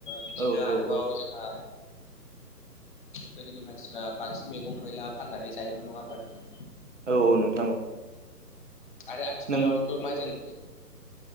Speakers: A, on the left; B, on the right.
A: बिदिनो
B: औ
A: आरोबाव
B: औ औ
A: जोंहा गोदोनि मानसिफ्रा बांसिन मैगं मैला फाननानै जायोमोन नङा होमबा नोंथां।
B: औ औ नोंथां औ।
A: आरो आथिखालावथ'
B: नों
A: मा जों